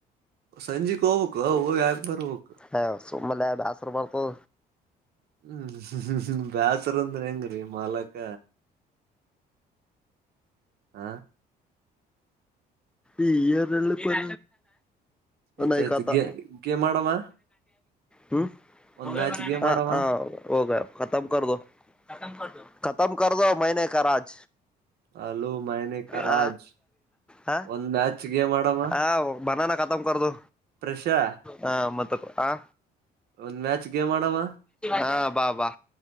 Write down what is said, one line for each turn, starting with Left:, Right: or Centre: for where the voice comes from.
Right: ಸಂಜೆಕ್ ಹೋಗ್ಬೇಕಕ್ ಹೋಗ ಹಾಕ ಬರ್ಬೇಕು
Centre: ಹ ಸುಮ್ಮಲ್ಲ ಬಾಸರು ಮಾಡರ್ತ
Right: ಹ್ಮ್ ಬ್ಯಾಸ ರ್ ಅಂದ್ರೆ ಹೆಂಗ್ರೀ ಮಾಲಕ್ಕ ಹ
Centre: ಈ ಈಏರ್ಳ್ಳಿ ಇ
Right: ಆಯ್ತಾಯ್ತು
Centre: ಎ ಕತಾ
Right: ಗೆ ಗೇಮ್ ಆಡಮ್ಮ
Centre: ಹ್ಮ <inaudible>
Right: ಒಂದ್ ಮ್ಯಾಚ್ ಗೇಮ್
Centre: ಹ
Right: ಆಡಮ್ಮ
Centre: ಹೋಗ ತ್ಮದ <inaudible> ತ್ಮ ಕದೋ ಮಹನೆ ಕಾಾಜ
Right: ಹಲೋ ಮೈನೆ ಕಾ
Centre: ಹ
Right: ರಾಜ್
Centre: ಹ
Right: ಒಂದ್ ಮ್ಯಾಚ್ ಗೇಮ್ ಆಡಮ್ಮ
Centre: ಹ ಬನಾನ ತ್ಮ ಕೊದು
Right: ಪ್ರಶಾ
Centre: ಹ ಮತ್ತ ಹ
Right: ಒಂದ್ ಮ್ಯಾಚ್ ಗೇಮ್ ಆಡಮ
Centre: ಹಾ ವಾ ಬಾ